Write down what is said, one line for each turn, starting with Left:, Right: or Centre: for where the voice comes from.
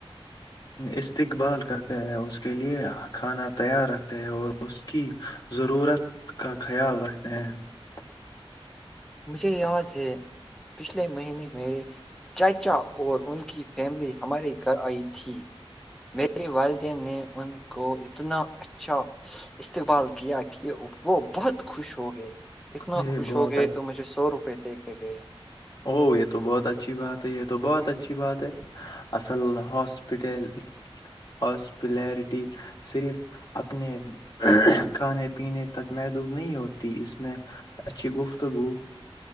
Left: استقبال کرتے ہیں اس کے لیے کھانا تیار رکھتے ہیں اور اس کی ضرورت کا خیال رکھتے ہیں <unintelligible>
Centre: مجھے یاد ہے پچھلے مہینے میرے چاچا اور ان کی فیملی ہمارے گھر آئی تھی میرے والدین نے ان کو اتنا اچھا استقبال کیا کہ وہ بہت خوش ہوگئے اتنا
Left: یہ
Centre: خوش
Left: بہت
Centre: ہوگئے
Left: اچ-
Centre: سو روپئے دے کے گئے ہے
Left: او جو یھ تو بہت اچھی بات ہے یہ تو بہت اچھی بات ہے اصل ہاسپٹل ہاسپلیرٹی صرف اپنے کھانے پینے تک محدود نہیں ہوتی اس میں اچھی گفتگو